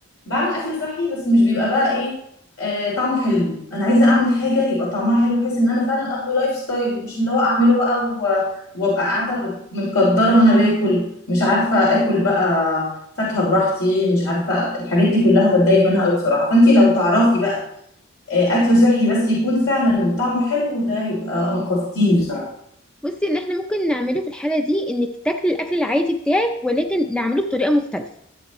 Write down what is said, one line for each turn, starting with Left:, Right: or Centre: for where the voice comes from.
Left: بعمل اكل صحي بس مش بيبقى بقى ايه آه طعمه حلو انا عايزه اعمل حاجه يبقى طعمها حلو بحيث ان انا فعلا اخده لايف ستايل مش اللي هو اعمله بقى و- وابقى قاعده ب- متقدره وانا باكل مش عارفه اكل بقى فاكهه براحتي مش عارفه الحاجات دي كلها بتضايق منها قوي بصراحه فانت لو تعرفي بقى آه اكل صحي بس يكون فعلا طعمه حلو ده يبقى انقذتيني بصراحه
Centre: بصي ان احنا ممكن نعمله في الحاله دي انك تاكلي الاكل العادي بتاعك ولكن نعمله بطريقه مختلفه